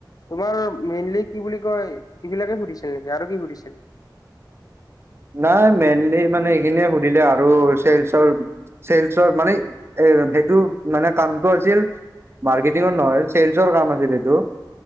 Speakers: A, on the left; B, on the right.
A: তোমাৰ মেইনলি কি বুলি কয়, এইবিলাকে সুধিছিল নেকি আৰু কি সুধিছিল?
B: নাই মেইনলি মানে এইখিনিয়ে সুধিলে আৰু চেলচৰ চেলচৰ মানে এ সেইটো মানে কামটো আছিল। মাৰ্কেটিঙৰ নহয় চেলচৰ কাম আছিল এইটো।